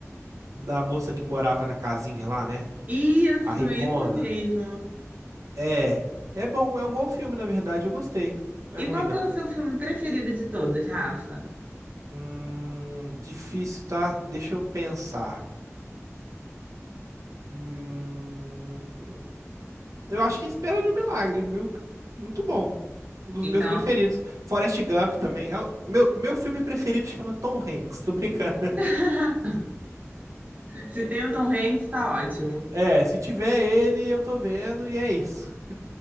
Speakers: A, on the right; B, on the right.
A: da moça que morava na casinha lá, né?
B: Isso,
A: A Ricona.
B: isso mesmo.
A: É, é bom, é um bom filme, na verdade. Eu gostei. Não é ruim,
B: E qual
A: não.
B: que é o seu filme preferido de todos, Rafa?
A: Hum, difícil, tá? Deixa eu pensar. Hum. Eu acho que é Espera de um Milagre, viu? Muito bom. Um dos
B: Então,
A: meus preferidos. Forrest Gump também. É o- meu, meu filme preferido chama Tom Hanks. Tô brincando. <laughs>
B: <laughs> se tem o Tom Hanks, tá ótimo.
A: É, se tiver ele, eu tô vendo e é isso.